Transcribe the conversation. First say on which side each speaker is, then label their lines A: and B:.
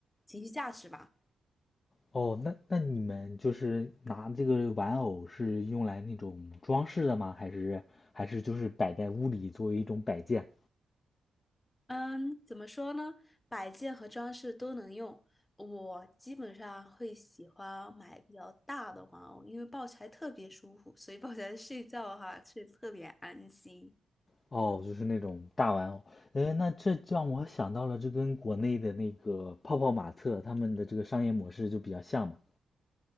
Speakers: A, on the left; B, on the left.
A: 情绪价值吧。
B: 哦，那那你们就是拿这个玩偶是用来那种装饰的吗？还是还是就是摆在屋里作为一种摆件？
A: 嗯，怎么说呢？摆件和装饰都能用。我基本上会喜欢买比较大的玩偶，因为抱起来特别舒服，所以抱起来睡觉的话，睡得特别安心。
B: 哦，就是那种大玩偶，哎，那这让我想到了，这跟国内的那个泡泡玛特他们的这个商业模式就比较像嘛。